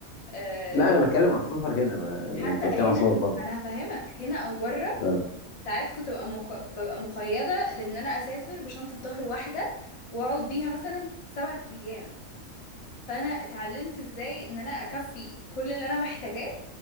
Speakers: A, on the left; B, on the left.
A: أه
B: لا انا بتكلم على السفر هنا ما...
A: حتى
B: مش بتكلم
A: هنا
B: على السفر بره
A: ما انا هفهمك هنا او بره
B: اه
A: ساعات كنت ببقى مق... ببقى مقيدة لأن أنا أسافر بشنطة ظهر واحدة وأقعد بيها مثلا سبعة أيام فأنا اتعلمت إزاي إن أنا أكفي كل اللي أنا محتاجاه